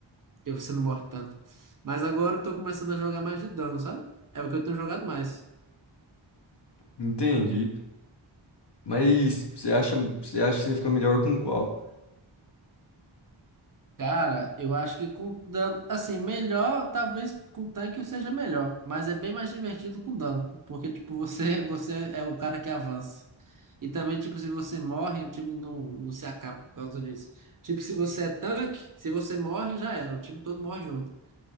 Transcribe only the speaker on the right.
Porque você não morre tanto. Mas agora eu tô começando a jogar mais de dano, sabe? É o que eu tenho jogado mais.
Cara, eu acho que com dano. Assim, melhor, talvez com tanque eu seja melhor. Mas é bem mais divertido com dano. Porque, tipo, você, <laughs> você é o cara que avança. E também, tipo, se você morre, o time não, não se acaba por causa disso. Tipo, se você é tanque, se você morre, já era. O time todo morre junto.